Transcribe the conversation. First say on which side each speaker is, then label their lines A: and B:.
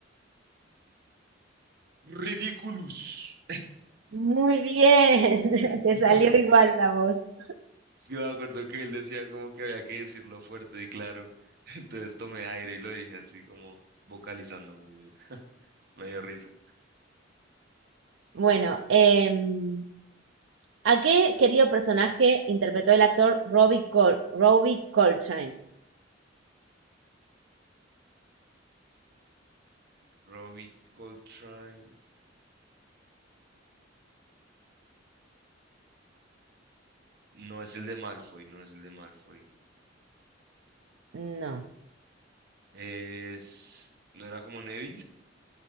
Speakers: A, on the right; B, on the right.
A: Ridiculous.
B: Muy bien, <laughs>
A: <laughs>
B: te salió igual la voz.
A: sí me acuerdo que él decía como que había que decirlo fuerte y claro. <laughs> Entonces tomé aire y lo dije así como vocalizando muy bien. Me dio risa.
B: Bueno, em, ¿a qué querido personaje interpretó el actor Robbie Col- Robbie Coltrane?
A: Robbie Coltrane. No es el de Malfoy, no es el de Malfoy.
B: No,
A: Es... ¿No era como Neville?